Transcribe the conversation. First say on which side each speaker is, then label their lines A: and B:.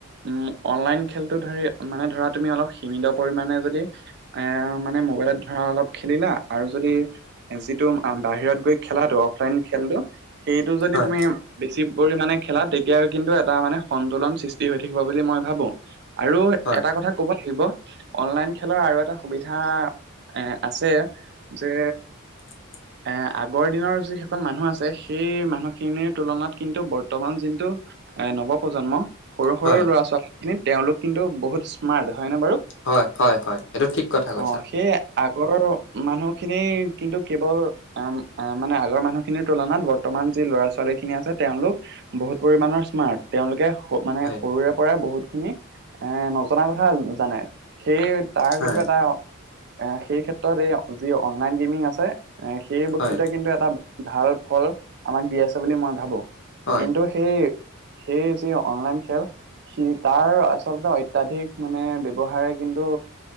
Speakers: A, on the right; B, on the left.
A: উম অনলাইন খেলটো ধৰি মানে ধৰা তুমি অলপ সীমিত পৰিমাণে যদি এ মানে মোবাইলত ধৰা অলপ খেলিলা আৰু যদি যিটো বাহিৰত গৈ খেলাটো অফলাইন খেলটো সেইটো যদি
B: হয়
A: তুমি বেছি পৰিমাণে খেলা তেতিয়া কিন্তু এটা মানে সন্তোলন সৃষ্টি হৈ থাকিব বুলি মই ভাবো আৰু
B: হয়
A: এটা কথা কব লাগিব অনলাইন খেলৰ আৰু এটা সুবিধা এ আছে যে
B: <unintelligible>
A: এ, আগৰ দিনৰ যিসকল মানুহ আছে সেই মানুহখিনিৰ তুলনাত কিন্তু বৰ্তমান যিনটো এ, নৱপ্ৰজন্ম। সৰু
B: হয়
A: সৰু ল'ৰা ছোৱালীখিনি তেওঁলোক কিন্তু বহুত স্মাৰ্ট হয়নে বাৰু?
B: হয়, হয়, হয়, এইটো ঠিক কথা কৈছা।
A: অ সেই আগৰ মানুহখিনি কিন্তু কেৱল আ, আ, মানে আগৰ মানুহখিনিৰ তুলনাত বৰ্তমান যি ল'ৰা ছোৱালীখিনি আছে তেওঁলোক বহুত পৰিমণৰ স্মাৰ্ট, তেওঁলোকে মানে
B: হয়
A: সৰুৰে পৰাই বহুতখিনি এ, নজনা কথা জানে সেই তাৰ
B: হয়
A: কিন্তু এটা এ, সেই ক্ষেত্ৰত এই যি অনলাইন গেমিং আছে এ, সেই বস্তুতে
B: হয়
A: কিন্তু এটা ভাল ফল আমাক দি আছে বুলি মই ভাবোঁ
B: হয়
A: কিন্তু সেই, সেই যি অনলাইন খেল সি তাৰ আচলতে অত্যাধিক মানে ব্যৱহাৰে কিন্তু